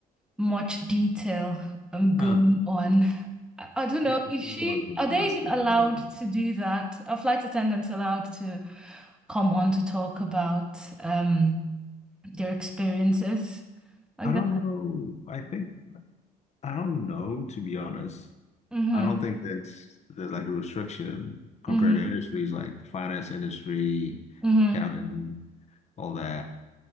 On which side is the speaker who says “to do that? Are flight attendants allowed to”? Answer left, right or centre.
Centre